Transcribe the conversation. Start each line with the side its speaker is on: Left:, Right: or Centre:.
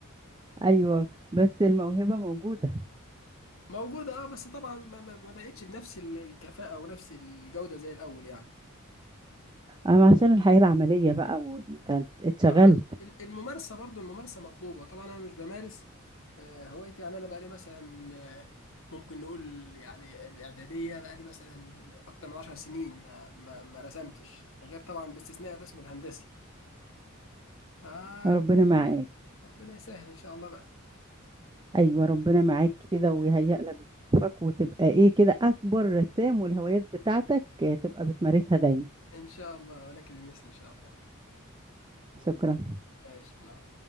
Right: ايوه بس الموهبة موجودة
Left: موجوده اه بس طبعا ما, ما ما بقتش بنفس ال- الكفاءه ونفس الجوده زي الاول يعني
Right: اما عشان الحياة العملية بقى وانت اتشغلت
Left: ما- ال- الممارسة برضو الممارسة مطلوبة طبعا أنا مش بمارس آه، هوايتي يعني أنا بقالي مثلا آه، ممكن نقول يعني الإعدادية بقالي مثلا أكتر من عشر سنين ما ما ما رسمتش غير طبعا باستثناء الرسم الهندسي فربنا
Right: ربنا معاك
Left: ربنا يسهل إن شاء الله بقى
Right: ايوه ربنا معاك كده ويهيئ لك ظروفك وتبقى ايه كده اكبر رسام والهوايات بتاعتك تبقى بتمارسها دايما
Left: إن شاء الله ولك بمثل إن شاء الله
Right: شكرا
Left: ماشي نعم